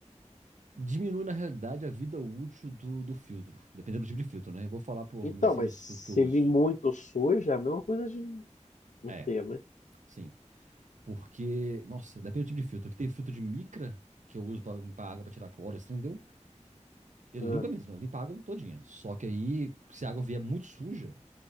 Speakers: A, on the right; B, on the left.
A: Diminui, na realidade, a vida útil do, do filtro, dependendo do tipo de filtro, né? Eu vou falar por
B: Então,
A: mim, assim,
B: mas
A: os
B: se
A: filtros que eu uso.
B: vir muito suja, é a mesma coisa de não
A: É,
B: ter, né?
A: sim. Porque, nossa, depende do tipo de filtro. Que tem filtro de micra, que eu uso pra limpar água, pra tirar cloro, esse trem deu. Ele
B: Ah,
A: limpa mesmo, ele limpa a água todinha. Só que aí, se a água vier muito suja,